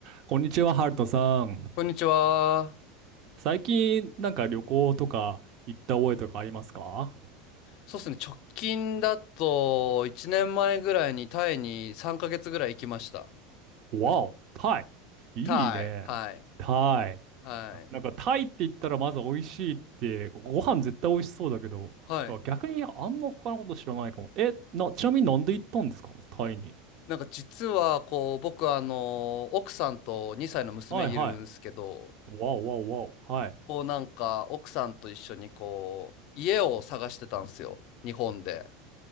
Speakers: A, on the right; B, on the left.
A: こんにちは、ハルトさん。
B: こんにちは。
A: 最近、なんか旅行とか行った覚えとかありますか
B: そうですね。直近だと、1年前ぐらいにタイに3ヶ月ぐらい行きました。
A: わお、タイ。いいね。
B: タイ。はい。
A: タイ。
B: はい。
A: なんかタイって言ったらまず美味しいって、ご飯絶対美味しそうだけど、
B: はい。
A: だから逆にあんま他のこと知らないかも。え、な、ちなみになんで行ったんですかタイに。
B: なんか実は、こう、僕、あの、奥さんと2歳の娘いるんですけど、
A: はいはい。わおわおわお。はい。
B: こう、なんか、奥さんと一緒に、こう、家を探してたんですよ。日本で。